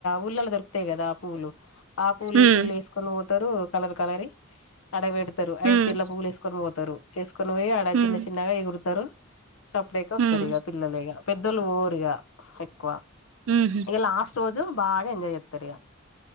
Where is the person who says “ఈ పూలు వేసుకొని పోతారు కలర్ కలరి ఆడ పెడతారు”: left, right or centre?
Left